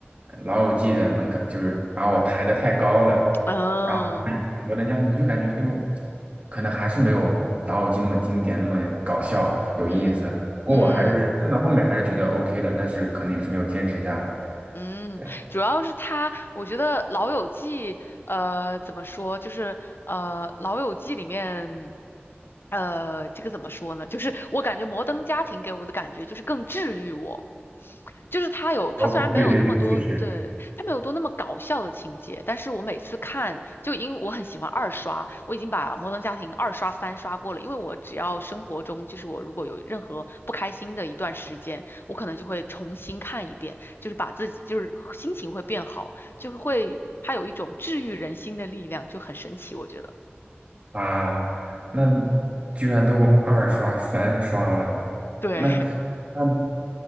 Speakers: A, on the right; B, on the left.
A: 呃老友记》的门槛就是把我抬得太高了，
B: 嗯
A: 然后看看摩登家庭》我就感觉，哎呦，可能还是没有《老友记》那么经典，那么搞笑有意思。
B: 嗯嗯。
A: 不过我还是看到后面还是觉得 OK 的，但是可能也是没有坚持下来。
B: 嗯，
A: 对
B: 主要是他，我觉得《老友记》呃怎么说，就是呃《老友记》里面，呃这个怎么说呢？就是我感觉《摩登家庭》给我的感觉就是更治愈我，就是他有他虽然没有那么多，
A: ，OK，对对对，确实
B: 对，他没有多那么搞笑的情节，但是我每次看，就因为我很喜欢二刷，我已经把《摩登家庭》二刷三刷过了，因为我只要生活中就是我如果有任何不开心的一段时间，我可能就会重新看一遍。就是把自己就是心情会变好，就是会它有一种治愈人心的力量，就很神奇，我觉得。
A: 啊，那居然都二刷三刷了，
B: 对，
A: 那那